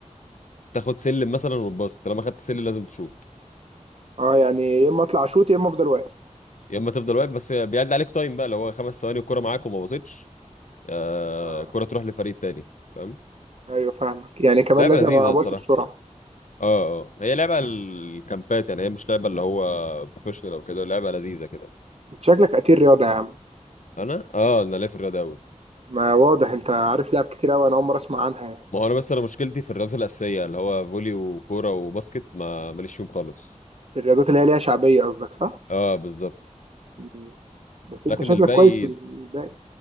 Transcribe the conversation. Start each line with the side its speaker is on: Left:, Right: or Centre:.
Left: تاخد سلم مثلا وتباص طالما خدت سلم لازم تشوط
Right: اه يعني يا اما اطلع اشوط يا اما افضل واقف
Left: يا اما تفضل واقف بس بيعد عليك تايم بقى لو هو خمس ثواني والكره معاك وما باصتش آه،
Right: اه
Left: الكره تروح لفريق تاني فاهم
Right: ايوه فاهمك يعني كمان
Left: لعبه
Right: لازم
Left: لذيذه
Right: ابقى
Left: الصراحه
Right: باصي بسرعه
Left: اه اه هي لعبه الكامبات يعني هي مش لعبه اللي هو بروفيشنال او كده لعبه لذيذه كده
Right: انت شكلك قتيل رياضه يا عم
Left: انا اه انا ليا في الرياضه قوي
Right: ما واضح انت عارف لعب كتير قوي انا اول مره اسمع عنها يعني
Left: ما هو انا بس انا مشكلتي في الرياضات الاساسيه اللي هو فولي وكوره وباسكت ما ماليش فيهم خالص
Right: في الرياضات اللي هي ليها شعبيه قصدك صح
Left: اه بالظبط
Right: مم. بس انت
Left: لكن
Right: شكلك
Left: الباقي
Right: كويس في الباقي